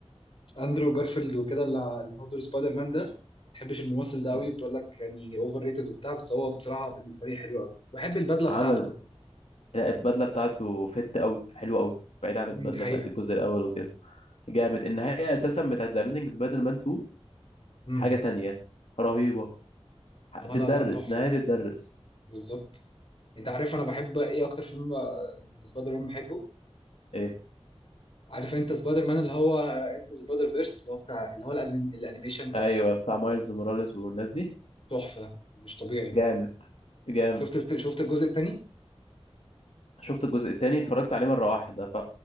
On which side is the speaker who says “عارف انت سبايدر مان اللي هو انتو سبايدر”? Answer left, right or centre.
Left